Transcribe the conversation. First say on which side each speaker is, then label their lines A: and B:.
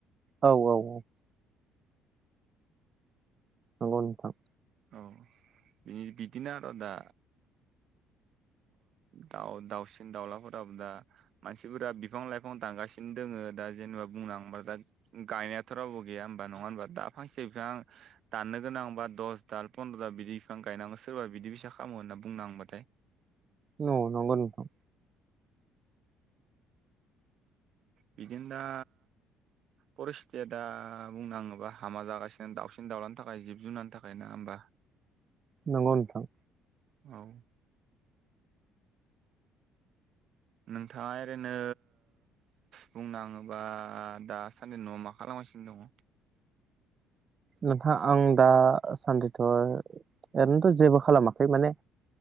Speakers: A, on the right; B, on the right.
A: औ औ औ। नंगौ नोंथां।
B: औ बि बिदिनो आरो दा दाउ दाउसिन दाउलाफोराबो दा मानसिफोरा बिफां लाइफां दांगासिनो दङ दा जेनेबा बुंनोबा दा गायनायथ' रावबो गैया हबा नङा होनबा दा फांसे बिफां दाननो गोनांबा दस दाल फन्द्र' दाल बिदि बिफां गायनांगौ सोरबा बिदि फैसा खामो होनना बुंनांबाथाय
A: नंगौ नंगौ नोंथां।
B: बिदिनो दा। फरिस्थिथिया दा बुंनोाङोबा हामा जागासिनो दाउसिन दाउलानि थाखाय जिब जुनारनि थाखाय ना होमबा?
A: नंगौ नोंथां।
B: औ। नोंथाङा ओरैनो बुंनाङोबा दासान्दि न'आव मा खालामगासिनो दङ
A: नोंथाङ आं दासान्दिथ' ओरैनोथ' जेबो खालामाखै माने